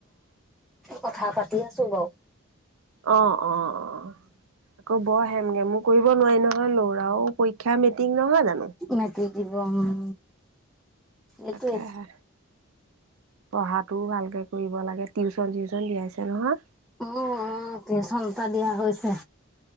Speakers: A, in the centre; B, on the right.
A: কথা পাতি আছো বাও।
B: আহ অ অ আকৌ বৰ হেমগেমো কৰিব নোৱাৰি নহয় লৰাও পৰীক্ষা মেৰ্টিক নহয় জান-
A: মেৰ্টিক দিব উম এইটোৱে
B: তাকে হে পঢ়াটোও ভালকে কৰিব লাগে টিউচন চিউচন দিয়াইছে নহয়।
A: উম টিউচন এটা দিয়া হৈছে।